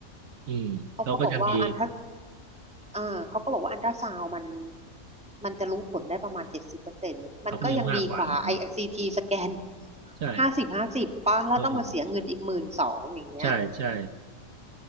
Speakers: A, on the right; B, in the centre.
A: อืมเขาก็จะมี
B: เขาก็บอกว่าอันถ้าอ่าเขาก็บอกว่าอันตราซาวมันมันจะรู้ผลได้ประมาณเจ็ดสิบเปอร์เซ็นต์มันก็ยังดีกว่าไอซีทีสแกน
A: เขาก็ยังมากกว่าเลยนะใช่
B: ห้าสิบห้าสิบป่ะแล้วต้องมาเสียเงินอีกหมื่นสองอย่างเงี้ย
A: เออใช่ใช่